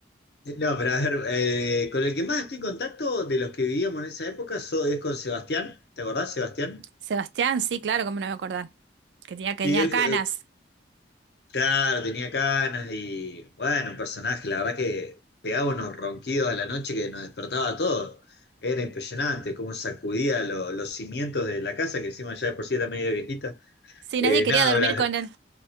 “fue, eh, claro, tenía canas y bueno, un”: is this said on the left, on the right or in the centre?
Left